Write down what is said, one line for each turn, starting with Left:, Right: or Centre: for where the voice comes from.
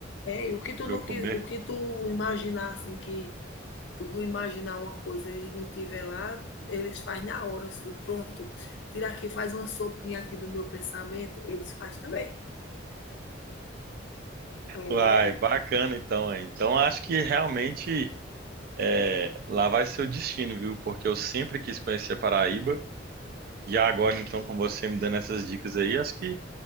Left: É, e o que tu
Right: pra
Left: não
Right: eu comer.
Left: qui o que tu imaginar, assim, que tu imaginar uma coisa e não tiver lá, eles faz na hora, assim, pronto. Tira aqui, faz uma sopinha aqui do meu pensamento, eles faz também. É,
Right: Uai, bacana então, hein? Então acho que realmente é, lá vai ser o destino, viu? Porque eu sempre quis conhecer a Paraíba e agora então com você me dando essas dicas aí, acho que